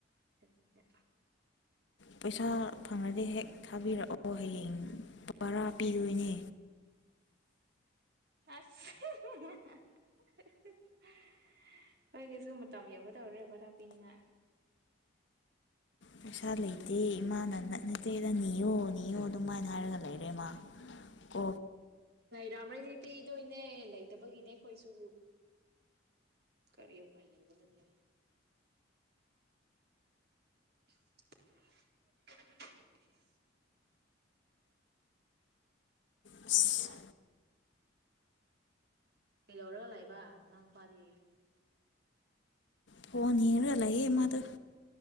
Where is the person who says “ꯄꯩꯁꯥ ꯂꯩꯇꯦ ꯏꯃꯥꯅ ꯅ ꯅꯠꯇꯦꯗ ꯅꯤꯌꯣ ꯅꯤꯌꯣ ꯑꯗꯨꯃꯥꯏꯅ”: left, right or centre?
Left